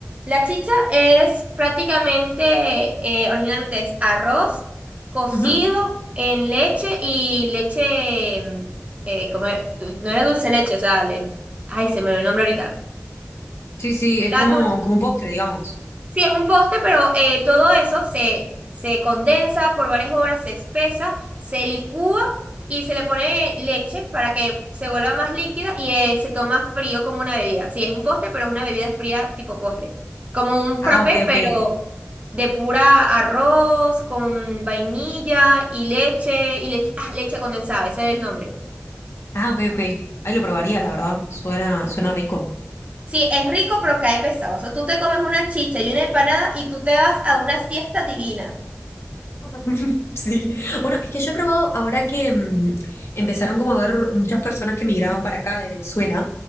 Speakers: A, on the right; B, on the left.
A: la chicha es prácticamente, eh, originalmente es arroz cocido
B: Ujú.
A: en leche y leche, mm, eh, como era- du- no era dulce leche, o sea, le- ay, se me olvidó el nombre ahorita.
B: Sí, sí, es
A: La
B: como, como un postre, digamos.
A: Sí, es un poste, pero eh, todo eso se, se condensa por varias horas, se espesa, se licúa y se le pone leche para que se vuelva más líquida y eh, se toma frío como una bebida. Sí, es un poste, pero es una bebida fría tipo postre. Como un
B: Ah,
A: frappé,
B: ok, ok.
A: pero de pura arroz con vainilla y leche y leche, ah, leche condensada, ese es el nombre.
B: Ah, ok, ok. Ahí lo probaría, la verdad. Suena, suena rico.
A: Sí, es rico, pero cae pesado. O sea, tú te comes una chicha y una empanada y tú te vas a una siesta divina.
B: <laughs> Sí, bueno, es que yo he probado ahora que mm, empezaron como a ver muchas personas que migraban para acá de Venezuela,